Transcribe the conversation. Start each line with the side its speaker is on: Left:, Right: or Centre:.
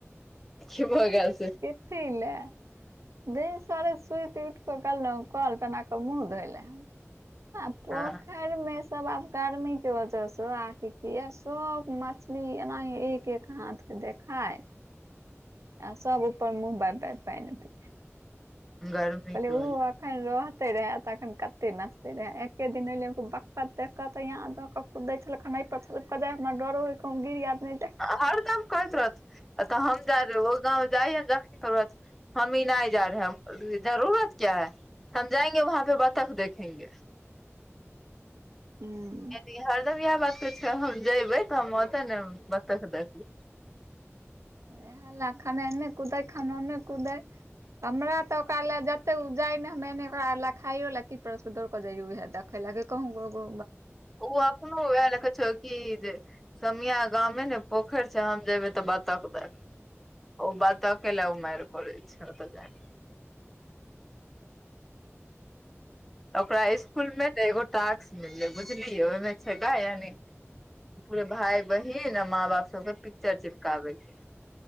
Centre: की भ गेल से
Right: एते लै बिन सारे सुइत उठ क गलहुं, कल पर ऐना क मुँह धोयले। आ पोखर
Centre: हँ
Right: घर में सब आब गर्मी के वजह से आहां के की होइया की सब मछली एनाहे एक-एक हाथ देखाय आ सब उपर मुँह बाॅब-बाॅब पाइन अथि
Centre: गर्मी
Right: <inaudible>
Centre: के
Right: एखन
Centre: वजह
Right: रहते रहए तखन कते नचते रहै, एके दिन एले एगो बकत देख कत यहाँ द क कुदै छलै खनाइ ऐत छरैप क जाय न डरो होई कहूँ गिरी आदमी त
Centre: हरदम कहैत रहत, अत हम जा देबौ गाँव जाइयै ने <inaudible> हमी नहि जा रहेै हम कहलिये जरूरत क्या है? हम जाएंगे वहाँ पे बतख देखेंगे।
Right: हम्म।
Centre: यदि हरदम इएहे बात त छै हम जबै त हम ओत न जेबै बतख देखबै।
Right: ए हला खनैने कुदे खनैने कुदे। हमरा त ओकरा ले जते उ जाय ने <inaudible> खायो ले की किछु दक जइयो देख खैला के कहूँ गो गो
Centre: ओ अखनो उहा देखय छैई। कि जे समीया गाममे ने पोखरि छै हम जेबे तऽ बतक दे- - ओ बतक के ले उ मार करय छै, ओत जाब।
Right: हू
Centre: ओकरा इसकुलमे न एगो टास्क मिललै बुझलिही, ओहिमे छै गाया नि- - पूरे भाय-बहिन, माँ-बाप सबके पिक्चर चिपकाबे के